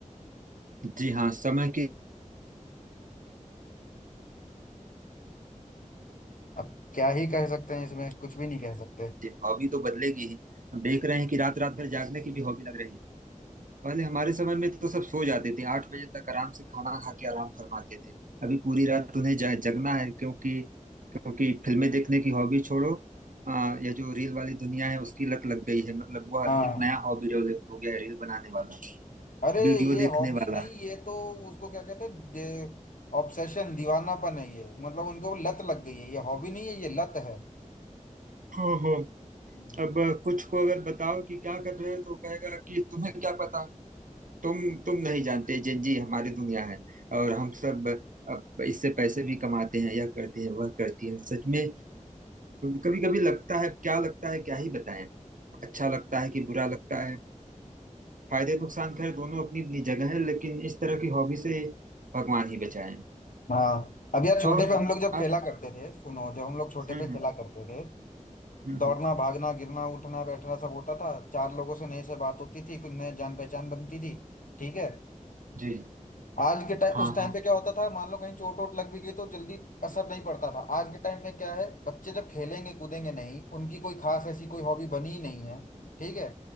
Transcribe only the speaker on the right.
जी हाँ समय की
जी हॉबी तो बदलेगी ही हम देख रहे हैं कि रात रात भर जागने की भी हॉबी लग रही है पहले हमारे समय में तो सब सो जाते थे आठ बजे तक आराम से खाना खा के आराम फरमाते थे अभी पूरी रात उन्हें जा- जगना है क्योंकि क्योंकि फिल्में देखने की हॉबी छोड़ो आ, यह जो रील वाली दुनिया है उसकी लत लग गई है मतलब वह
एक नया हॉबी डेवलप हो गया है रील बनाने वाला
वीडियो
देखने
वाला
हो हो
अब अ, कुछ को अगर बताओ कि क्या कर रहे हो तो कहेगा कि तुम्हें क्या पता तुम तुम नहीं जानते जेनजी हमारी दुनिया है और हम सब अब इससे पैसे भी कमाते हैं यह करते हैं वह करती हैं सच में कभी कभी लगता है क्या लगता है क्या ही बताएं अच्छा लगता है कि बुरा लगता है फायदे नुकसान खैर दोनों अपनी अपनी जगह है लेकिन इस तरह की हॉबी से भगवान ही बचाएं
और
अब
हम्म
हम्म
हम्म,
हम्म,
जी
हाँ
हाँ